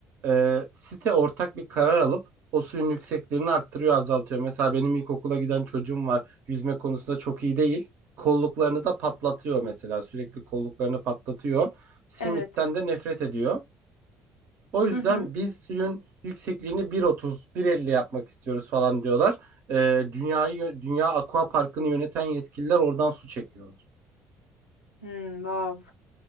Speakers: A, on the right (about 55°); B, on the left (about 80°).
A: e, site ortak bir karar alıp o suyun yükseklerini arttırıyor, azaltıyor. Mesela benim ilkokula giden çocuğum var. Yüzme konusunda çok iyi değil. Kolluklarını da patlatıyor mesela. Sürekli kolluklarını patlatıyor. Simitten
B: Evet.
A: de nefret ediyor. O yüzden
B: Hı hı.
A: biz suyun yüksekliğini 1.30, 1.50 yapmak istiyoruz falan diyorlar. Ee, dünyayı, Dünya Aqua Parkı'nı yöneten yetkililer oradan su çekiyorlar.
B: Hmm, wow.